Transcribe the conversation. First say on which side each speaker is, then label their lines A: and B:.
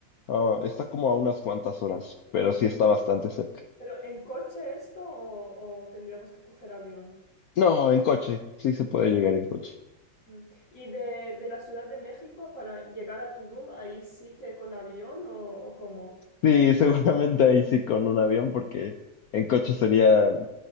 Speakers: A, on the left; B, on the left.
A: ah, está como a unas cuantas horas, pero sí está bastante cerca.
B: ¿Pero en coche esto o, o tendríamos que coger avión?
A: No, en coche, sí se puede llegar en coche.
B: Mm. ¿Y de, de la Ciudad de México para llegar a Tulum, ahí sí que con avión o, o cómo?
A: Sí, <laughs> seguramente ahí sí con un avión, porque en coche sería,